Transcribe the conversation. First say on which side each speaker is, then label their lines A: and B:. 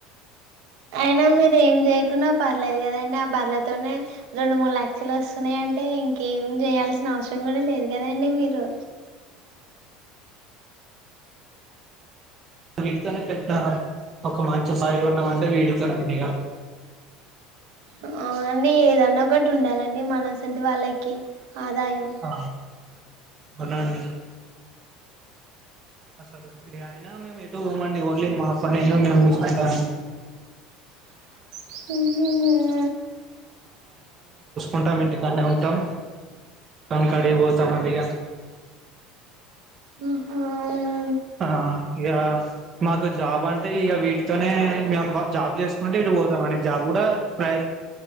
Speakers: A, on the right; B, on the right.
A: అయినా మీరేం చేయకున్నా పర్లేదు కదండి ఆ బర్లతోనే రెండు మూడు లక్షలొస్తున్నాయి అంటే ఇంకేం జెయ్యాల్సిన అవ్సరం గూడా లేదు గదండి మీరు
B: వీటితోనే పెద్దా ఒక మంచి స్థాయిలో ఉన్నమంటే వీటితోనేండిగా
A: హా అండి ఏదన్నోకటి ఉండాలండి మనసొంటి వాళ్ళకి ఆదాయం
B: ఆ అవున అండి అస్సలు అయినా మేము ఎటూ పోమండి ఓన్లీ మా పనేందో మేం చూస్కుంటాం
A: ఉహు
B: ఉంటాం ఇంటికానే ఉంటాం టంకాడి వొతామండి గా
A: ఉహు ఔనా
B: ఆ ఇగా మాకు జాబ్ అంటే ఇగ వీటితోనే మేము జాబ్ జేస్కుంటే ఇటూ పోతామండి జాబ్ కూడా ఐద్